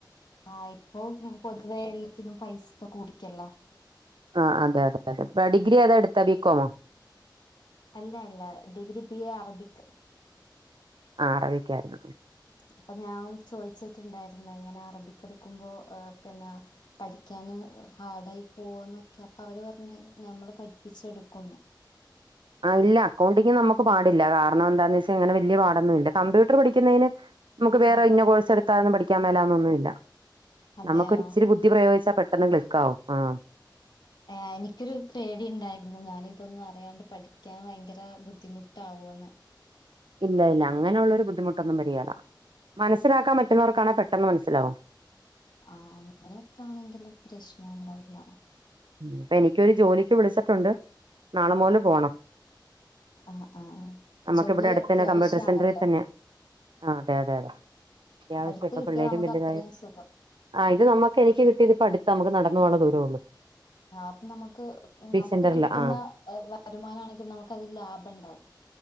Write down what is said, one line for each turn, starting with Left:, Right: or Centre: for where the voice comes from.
Left: ആഹ് ഇപ്പൊ പൊതുവെ എല്ലത്തിനും പൈസ കൂടിക്കല്ലാ
Right: ആഹ് അത അതെ അതെ ഇപ്പ ഡിഗ്രി ഏതാ എടുത്തെ ബീക്കോമോ
Left: അല്ല അല്ല ഡിഗ്രി ബി എ അറബിക്
Right: ആഹ് അറബിക്കായിരുന്ന്
Left: അപ്പൊ ഞാൻ ചോയിച്ചിട്ടിണ്ടായിരുന്നു ഇങ്ങനെ അറബിക്കെടുക്കുമ്പോ അഹ് പിന്നാ പഠിക്കാന് ഹാർഡായി പോവോന്നൊക്കെ അപ്പൊ അവര് പറഞ്ഞ് ഞമ്മള് പഠിപ്പിച്ചെടുക്കൂന്ന്
Right: ആഹ് ഇല്ല അക്കൗണ്ടിംങ് നമുക്ക് പാടില്ല കാരണം എന്താന്ന് വെച്ചാ അങ്ങനെ വല്ല്യ പാടൊന്നും ഇല്ല കമ്പ്യൂട്ടറ് പഠിക്കുന്നതിന് നമുക്ക് വേറെ
Left: ആഹ്
Right: ഇന്ന കോഴ്സ് എടുത്താലൊന്നും പഠിക്കാൻ മേലാന്നൊന്നുവില്ല
Left: അതെയോ
Right: നമുക്കൊരിച്ചിരി ബു ദ്ധി പ്രയോഗിച്ചാ പെട്ടെന്ന് ക്ലിക്കാവും ആഹ്
Left: എഹ് എനിക്കൊരു പേടി ഇണ്ടായിരുന്നു ഞാനിതൊന്നും അറിയാണ്ട് പഠിക്കാൻ ഭയങ്കര ബുദ്ധിമുട്ടാവൂ എന്ന്
Right: ഇല്ല ഇല്ല അങ്ങനെയുള്ളൊരു ബുദ്ധിമുട്ടൊന്നും വരിയേല മനസ്സിലാക്കാൻ പറ്റുന്നവർക്കാണെ പെട്ടെന്ന് മനസ്സിലാവും
Left: ആഹ് അങ്ങനെക്കെ ആണെങ്കില് പ്രശ്നം എണ്ടാവൂല്ല
Right: ഉം അപ്പൊ എനിക്കൊരു ജോലിക്ക് വിളിച്ചിട്ടുണ്ട് നാളെ മുതല് പോണം
Left: ആഹ് ആഹ് ആഹ്
Right: നമുക്കിവിടെ
Left: ജോലി
Right: അടുത്തന്നെ
Left: അത്യാവശ്യാണല്ലോ
Right: കമ്പ്യൂട്ടർ സെന്ററീ തന്നെയാ ആഹ് അതെ അതെ അതെ അത്യാവശ്യിപ്പ
Left: അടുത്ത് കിട്ടിയാ
Right: പിള്ളേരും
Left: നമുക്ക്
Right: വലുതായി
Left: അത്രയും സുഖം
Right: ആഹ് ഇത് നമുക്ക് എനിക്ക് കിട്ടിയ ഇതിപ്പ അട്ത്താ നമുക്ക് നടന്ന് പോവാള്ള ദൂരൊള്ളു
Left: ആഹ് അപ്പം നമുക്ക് നമുക്ക്
Right: സെന്ററില
Left: കിട്ടുന്ന
Right: ആ
Left: വരുമാനാണെങ്കി നമുക്ക് അതിൽ ലാഭെണ്ടാവും